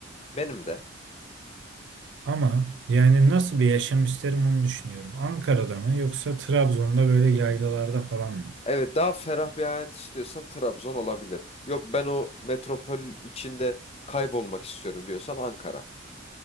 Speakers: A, on the left (about 30°); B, on the right (about 65°).
A: Benim de.
B: Ama yani nasıl bir yaşam isterim onu düşünüyorum. Ankara'da mı yoksa Trabzon'da böyle yaylalarda falan mı?
A: Evet daha ferah bir hayat istiyorsan Trabzon olabilir. Yok ben o metropol içinde kaybolmak istiyorum diyorsan Ankara.